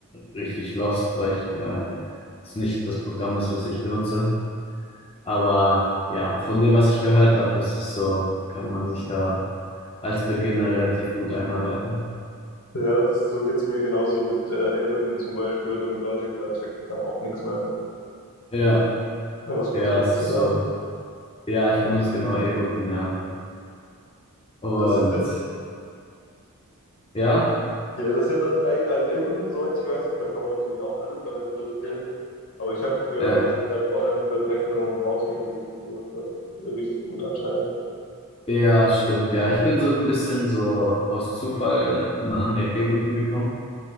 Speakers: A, on the left; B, on the left.
A: richtig lost, weil ich äh, es nicht das Programm ist, was ich benutze. Aber ja, von dem, was ich gehört habe, ist es so, kann man sich da als Beginner relativ gut einarbeiten.
B: Ja, das, so geht's mir genauso mit äh, Ableton zum Beispiel oder mit Logic, da checke ich dann auch nichts mehr.
A: Ja.
B: Äh, Was,
A: Ja,
B: was benutzt
A: es ist
B: du dann?
A: so. Ja, ich benutze genau Ableton, ja. Und
B: Das ist, ja,
A: ja,
B: ja, das ist ja dann, äh, also Ableton, soweit ich weiß, da kann man natürlich auch alles damit produzieren. Aber ich habe gehört,
A: ja,
B: dass halt vor allem für Techno und Housemusik so ist das richtig gut anscheinend.
A: ja, stimmt, ja. Ich bin so ein bisschen so aus Zufall an an Ableton gekommen,